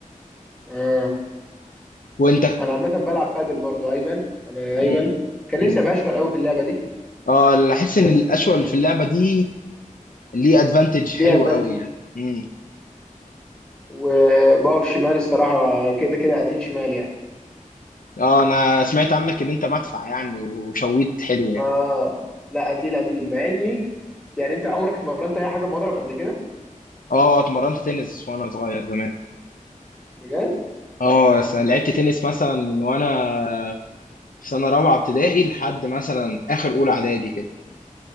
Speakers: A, in the centre; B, on the left.
A: اه
B: وانت
A: انا عامه بلعب بادل برضو ايمن انا ايمن
B: مم.
A: كان
B: مم.
A: نفسي ابقى اشول قوي في اللعبه دي
B: اه اللي احس ان
A: بس
B: الاشول
A: آه،
B: في اللعبه دي ليه ادفانتج
A: ليه
B: حلو
A: ادفانتج
B: قوي يعني مم.
A: وبقف شمال الصراحه كده كده قتيل شمال يعني
B: اه انا سمعت عنك ان انت مدفع يعني وشويت حلو يعني
A: اه لا قتيل قتيل مع اني يعني انت عمرك اتمرنت اي حاجه بمضرب قبل كده
B: اه اتمرنت تنس وانا صغير زمان
A: بجد
B: اه س- لعبت تنس مثلا من وانا في سنه رابعه ابتدائي لحد مثلا اخر اولى اعدادي كده